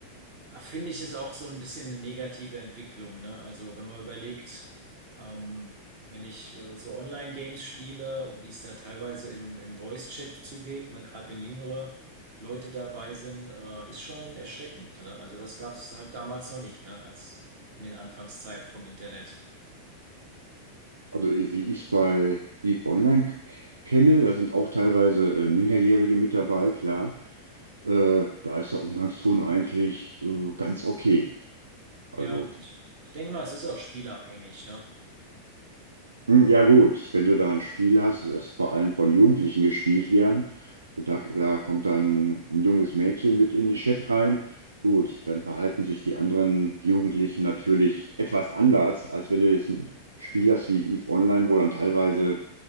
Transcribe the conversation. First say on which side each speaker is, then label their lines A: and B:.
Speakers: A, on the right; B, on the right.
A: Ah, Finde ich, ist auch so ein bisschen eine negative Entwicklung, ne? Also wenn man überlegt, ähm, wenn ich äh, so Online-Games spiele und wie es da teilweise im, im Voice-Chat zugeht, ne? Gerade wenn jüngere Leute dabei sind, äh, ist schon erschreckend, ne? Also das gab es halt damals noch nicht, ne? Als in den Anfangszeiten vom Internet.
B: Also äh, wie ich es bei EVE Online k- kenne, da sind auch teilweise äh, Minderjährige mit dabei, klar. Äh, da ist der Umgangston eigentlich äh, ganz okay.
A: Ja,
B: Also.
A: ich, ich denke mal, es ist auch spielabhängig, ne?
B: Hm, Ja gut, wenn du da ein Spiel hast, das vor allem von Jugendlichen gespielt werden, und da, da kommt dann ein junges Mädchen mit in den Chat rein, gut, dann verhalten sich die anderen Jugendlichen natürlich etwas anders, als wenn du jetzt ein Spiel hast wie EVE Online, wo dann teilweise